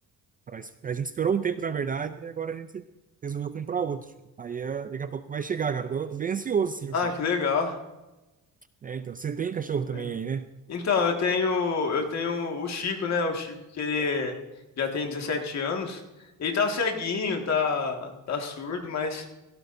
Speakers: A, on the right; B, on the left.
A: pra, es- a gente esperou um tempo, na verdade, e agora a gente resolveu comprar outro. Aí é, daqui a pouco vai chegar, cara. Tô, tô bem ansioso, sim,
B: Ah,
A: sabe?
B: que legal.
A: É, então, você tem cachorro também
B: É.
A: aí, né?
B: Então, eu tenho, eu tenho o Chico, né? O Chico que ele já tem 17 anos, ele tá ceguinho, tá, tá surdo, mas,